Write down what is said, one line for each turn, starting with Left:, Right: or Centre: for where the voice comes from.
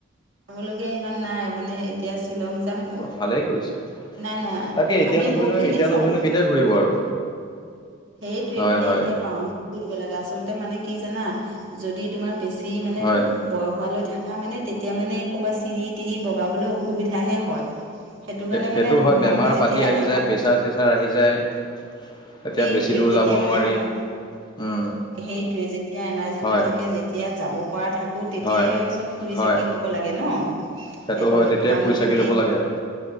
Right: পাবলগীয়া ইমান নাই মানে এতিয়া শ্বিলং যাম অ,
Left: ভালে কৰিছে।
Right: নাই নাই
Left: তাকে এতিয়া
Right: আমি
Left: নুঘূৰিনো
Right: বহুত খিনি
Left: এতিয়া
Right: চালো।
Left: নুঘূৰিনো কেতিয়া ঘূৰিব আৰু
Right: সেইটোৱে
Left: হয়
Right: মানে
Left: হয়
Right: এতিয়া পাওঁ, আচলতে মানে কি জানা যদি তোমাৰ বেছি মানে
Left: হয়
Right: বয়স সোৱালৈ থাকে। তাৰ মানে তেতিয়া মানে কৰবাত চিৰি তিৰি বগাবলৈ অসুবিধাহে হয় সেইটো কাৰণে।
Left: সেইটো
Right: মানে
Left: হয়
Right: মানুহৰ
Left: বেমাৰ
Right: যেতিয়া
Left: পাতি আহি
Right: এনাহ
Left: যায় প্ৰেছাৰ চেছাৰ আহি যায়। তেতিয়া
Right: সেইটোৱে
Left: বেছি দূৰ
Right: যেতিয়া
Left: যাব
Right: মানে
Left: নোৱাৰি
Right: এ
Left: উম
Right: সেইটোৱে যেতিয়া এনাৰ্জিটো
Left: হয়
Right: থাকে যে। এতিয়া যাব পৰা থাকে, আকৌ তেতিয়াই
Left: হয়
Right: চব ফুৰি
Left: হয়
Right: চাকি ল'ব লাগে ন
Left: সেইটো
Right: সেইটোৱে
Left: হয় তেতিয়াই
Right: তামানে
Left: ফুৰি চাকি
Right: তুমি,
Left: ল'ব লাগে আৰু